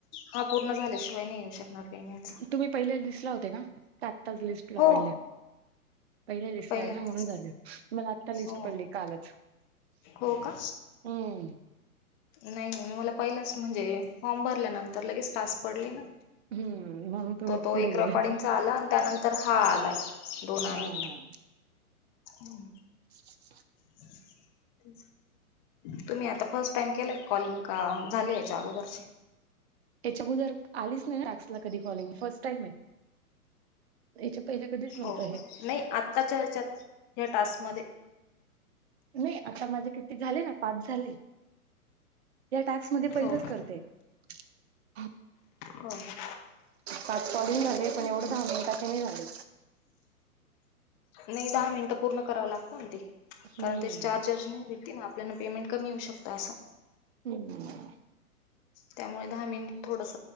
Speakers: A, on the left; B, on the right.
A: हा पूर्ण झाल्याशिवाय नाही येऊ शकणार. पेमेंटचा
B: तुम्ही पहिले लिस्ट ला होते का? आत्ताच लिस्टला
A: हो
B: पडल्या. पहिले लिस्टला
A: पहिल्यांदाच
B: आहे ना म्हणून झाले. मला आ आता लिस्ट
A: हो
B: पडली कालच.
A: हो का
B: हम
A: नाही नाही मला पहिलाच म्हणजे फॉर्म भरल्यानंतर लगेच तास पडली ना.
B: हम्म म्हणून तुम्ही
A: तो- तो
B: पुढे
A: एक
B: गेला
A: रेकॉर्डिंगचा आला आणि त्यानंतर हा आलाय दोन आले.
B: हा हा
A: हम्
B: ह <inaudible>
A: ते आहे <inaudible> तुम्ही आता फर्स्ट टाइम केलाय कॉलिंग का झाले याच्या अगोदरचे.
B: याच्या अगोदर आलीच नाही ना टास्क ला कधी कॉलिंग फर्स्ट टाईम आहे. याचे पहिले कधीच नव्हत
A: हो का
B: हे.
A: नाही आ आत्ताच्या ह्याच्यात या टास्कमध्ये
B: नाही आता माझे किती झाले ना पाच झाले. या टास्क म पहिच
A: हो का
B: कर <inaudible>
A: हो हो.
B: पाच कॉलिंग झाले पण एवढं दहा मिनिटाच्या नाही झाले.
A: नाही दहा मिनिटं पूर्ण करावं लागतं ते,
B: हम्म
A: कारण त्या चार्जर नाही. ना आपल्याला पेमेंट कमी होऊ शकता असं.
B: हम्.
A: त्यामुळे दहा मिनिट थोडस